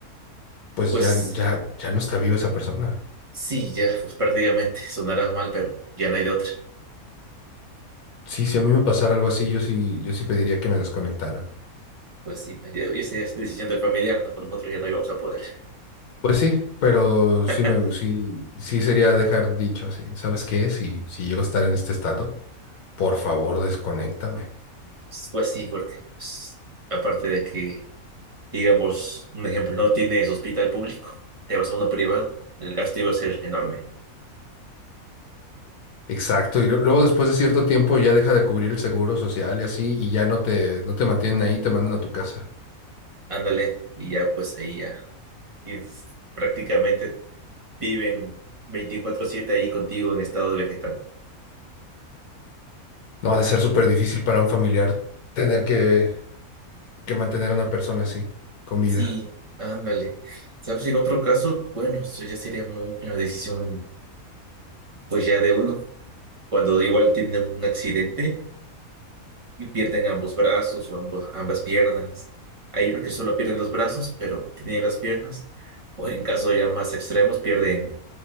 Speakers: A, on the left (about 80°); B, on the right (about 25°).
A: Pues
B: Pues
A: ya, ya, ya no está viva esa persona.
B: Sí, ya, pues prácticamente sonará mal, pero ya no hay de otra.
A: Sí, si a mí me pasara algo así, yo sí, yo sí pediría que me desconectaran.
B: Pues sí, ya- ya esa es decisión del familiar, ¿no? Pues nosotros ya no íbamos a poder.
A: Pues sí, pero sí
B: <laughs>
A: me sí, sí sería dejar dicho así. ¿Sabes qué? Si, si llego a estar en este estado, por favor, desconéctame.
B: Pues sí, porque pues aparte de que, digamos, un ejemplo, no tienes hospital público, te vas a uno privado, el gasto iba a ser enorme.
A: Exacto. Y lo- luego después de cierto tiempo ya deja de cubrir el seguro social y así, y ya no te, no te mantienen ahí, te mandan a tu casa.
B: Ándale, y ya pues ahí ya tienes- prácticamente viven 24/7 ahí contigo en estado vegetal.
A: No ha de ser súper difícil para un familiar tener que, que mantener a una persona así, con vida.
B: Sí, ándale. ¿Sabes? En otro caso, bueno, eso ya sería mu- una decisión pues ya de uno. cuando igual tienen un accidente y pierden ambos brazos o ambos, ambas piernas. Hay unos que solo pierden los brazos, pero tienen las piernas. O en caso ya más extremos, pierden